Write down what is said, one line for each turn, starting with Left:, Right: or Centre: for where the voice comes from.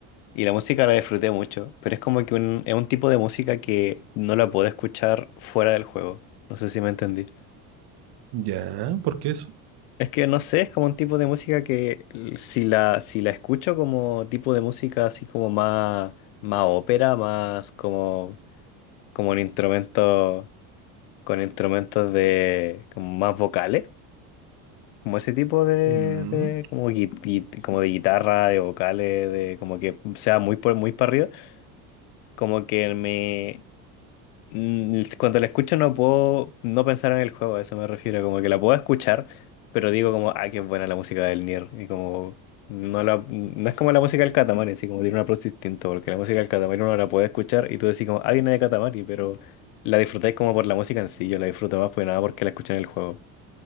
Left: y la música la disfruté mucho, pero es como que un- es un tipo de música que no la puedo escuchar fuera del juego. No sé si me entendí.
Right: Ya, ¿por qué eso?
Left: Es que no sé, es como un tipo de música que l- si la, si la escucho como tipo de música así como más, más ópera, más como, como un instrumento con instrumentos de como más vocales. Como ese tipo de,
Right: Mm,
Left: de como, gui- gui- como de guitarra, de vocales, de como que sea muy por muy para arriba, como que me mm, cuando la escucho no puedo no pensar en el juego, a eso me refiero, como que la puedo escuchar, pero digo como, ah, qué buena la música del Nier, y como no la no es como la música del Katamari, sí, como tiene un approach distinto, porque la música del Katamari uno la puede escuchar y tú decís como, ah, viene de Katamari, pero la disfrutáis como por la música en sí, yo la disfruto más pues nada porque la escuché en el juego.